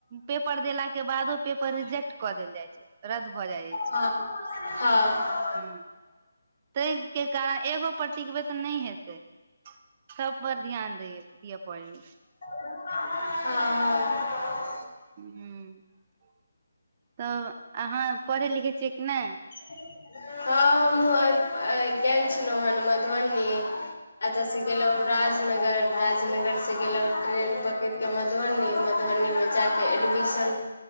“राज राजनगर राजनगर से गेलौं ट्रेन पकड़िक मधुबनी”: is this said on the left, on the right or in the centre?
Left